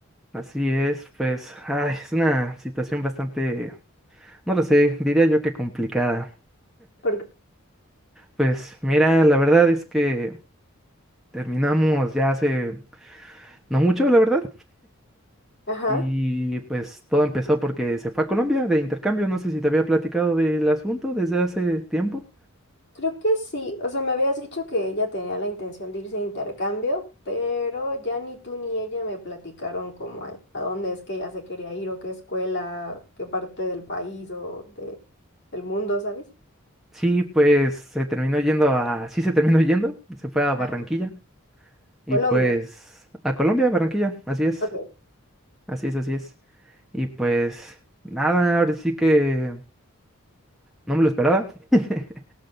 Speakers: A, in the centre; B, on the left.
A: Así es, pues, ay, es una situación bastante, no lo sé, diría yo que complicada.
B: Porque,
A: Pues mira, la verdad es que terminamos ya hace no mucho, la verdad.
B: ajá,
A: Y pues todo empezó porque se fue a Colombia de intercambio. No sé si te había platicado del asunto desde hace tiempo.
B: creo que sí. O sea, me habías dicho que ella tenía la intención de irse a intercambio, pero ya ni tú ni ella me platicaron como a, a dónde es que ella se quería ir o qué escuela, qué parte del país o de, del mundo, ¿sabes?
A: Sí, pues se terminó yendo a, sí se terminó <laughs> yendo, se fue a Barranquilla
B: Ajá.
A: y
B: Colombia.
A: pues a Colombia, Barranquilla, así es,
B: Ok.
A: así es, así es. Y pues nada, ahora sí que no me lo esperaba. <laughs>